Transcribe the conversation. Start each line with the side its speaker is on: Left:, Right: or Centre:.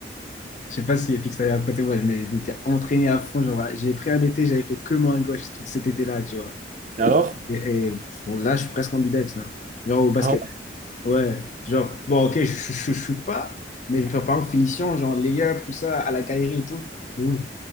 Left: sais pas si Fix t'avais raconté, moi, je m'ai- je m'étais entraîné à fond, genre, j'ai pris un été, j'avais fait que main gauche tout cet été-là, tu vois.
Right: Et alors?
Left: Et, et, bon, là, je suis presque ambidex, là. Genre, au basket.
Right: Ah ouais?
Left: Ouais, genre, bon, ok, je je- je- je shoot pas, mais je prépare en finition, genre layup, tout ça, à la Kyrie et tout. De ouf.